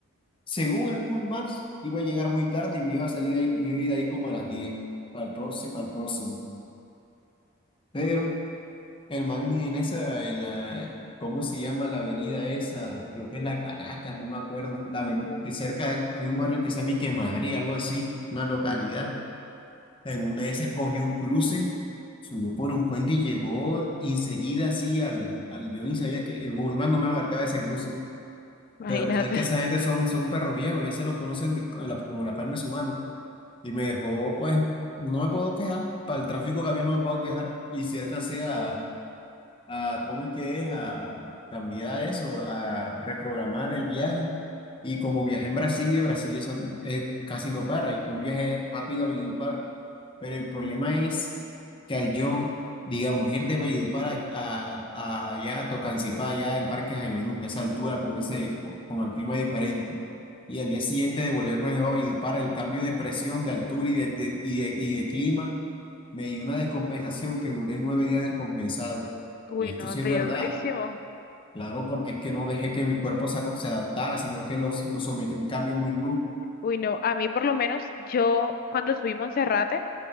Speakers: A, on the left; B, on the left.
A: según el Google Maps, iba a llegar muy tarde y me iba a salir de ahí, y me iba a ir de ahí como a las 10 para el próximo, para el próximo. Pero el man en esa, en la, ¿cómo se llama la avenida esa? Creo que es la Caracas, no me acuerdo. La aveni- que cerca hay un barrio que se llama Ique Madrid, algo así, una localidad. En una de esas cogió un cruce, subió por un puente y llegó enseguida así al, al yo ni sabía que el Google Maps no me marcaba ese cruce.
B: imagínate.
A: Pero sabes que esa gente son, son perros viejos, ya se los conocen de- con la- como la palma de su mano. Y me dejó, pues, no me puedo quejar, para el tráfico que había no me puedo quejar. Y si alcancé a, a, ¿cómo es que es? A cambiar eso, a reprogramar el viaje. Y como viajé en Brasilia, Brasilia son, eh, casi no para, y fue un viaje rápido a Valledupar. Pero el problema es que al yo, digamos, ir de Valledupar a, a, a allá, a Tocancipá, allá el Parque Jaime Duque, esa altura, con ese, con el clima diferente. Y al día siguiente de volverme de nuevo a Valledupar, el cambio de presión, de altura y de, de- y de, y de clima, me dio una descompensación que duré nueve días descompensado.
B: Uy,
A: Y esto
B: no,
A: sí
B: te
A: es verdad,
B: dio durísimo.
A: claro, porque es que no dejé que mi cuerpo se, aco- se adaptara, sino que los- lo sometí a un cambio muy brusco.
B: Uy, no, a mí por lo menos yo cuando subí Monserrate,